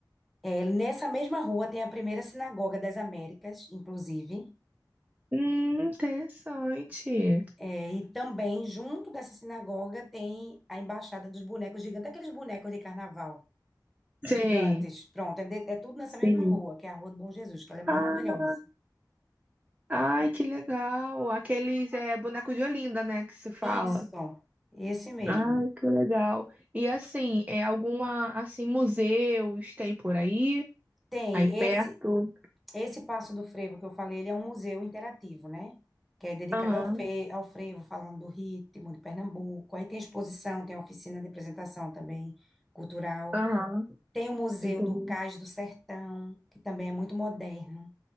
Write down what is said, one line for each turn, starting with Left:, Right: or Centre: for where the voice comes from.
Centre: É, nessa mesma rua tem a primeira sinagoga das Américas, inclusive.
Right: Hum, interessante.
Centre: É, e também, junto dessa sinagoga, tem a Embaixada dos Bonecos Gigantes, aqueles bonecos de carnaval
Right: Sim,
Centre: gigantes. Pronto, é, de- é tudo nessa
Right: sim.
Centre: mesma rua, que é a Rua do Bom Jesus, que ela é maravilhosa.
Right: Ah, ai, que legal. Aqueles é boneco de Olinda, né, que se fala.
Centre: Isso, esse mesmo.
Right: Ai, que legal. E assim, é alguma assim museus tem por aí,
Centre: Tem
Right: aí perto.
Centre: esse. Esse Passo do Frevo que eu falei, ele é um museu interativo, né? Que é dedicado
Right: Aham,
Centre: ao, fe, ao frevo, falando do ritmo de Pernambuco. Aí tem exposição, tem oficina de apresentação também cultural.
Right: aham,
Centre: Tem o Museu
Right: entendi.
Centre: do Cais do Sertão, que também é muito moderno.